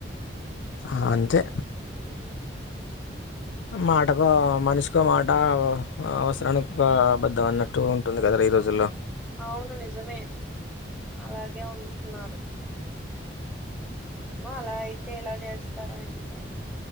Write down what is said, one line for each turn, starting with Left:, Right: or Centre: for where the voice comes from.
Left: ఆ అంతే
Centre: ఊ
Left: మాటకో మనిషికో మాట అవసరానికి
Centre: ఉమ్
Left: ఒక అబద్ధం అన్న ట్టు ఉంటుంది కదా ఈ రోజుల్లో
Centre: అవును నిజమే అలాగే ఉంటున్నారు ఏమో అలా అయితే ఎలా చేస్తారో ఏంటో మరి